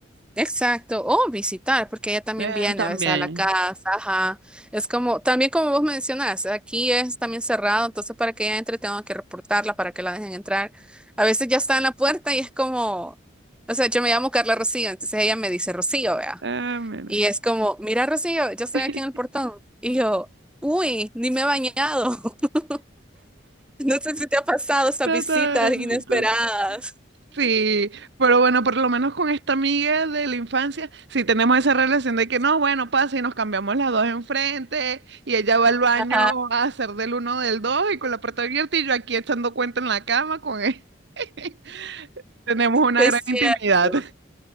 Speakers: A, in the centre; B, on the right.
A: Exacto, o visitar, porque ella también
B: Eh,
A: viene
B: también.
A: a veces a la casa, ajá. Es como, también como vos mencionas, aquí es también cerrado, entonces para que ella entre tengo que reportarla para que la dejen entrar. A veces ya está en la puerta y es como, o sea, yo me llamo Carla Rocío, entonces ella me dice Rocío, vea.
B: Ah, mira.
A: Y es como, mira Rocío, yo estoy
B: <laughs>
A: aquí en el portón. Y yo, uy, ni me he bañado. <laughs> No sé si te ha pasado esas
B: Total,
A: visitas inesperadas.
B: total. Sí, pero bueno, por lo menos con esta amiga de la infancia, sí tenemos esa relación de que no, bueno, pasa y nos cambiamos las dos enfrente y ella va al baño
A: Ajá,
B: a hacer del uno del dos y con la puerta abierta y yo aquí echando cuenta en la cama con él. <laughs> Tenemos una
A: es
B: gran
A: cierto.
B: intimidad.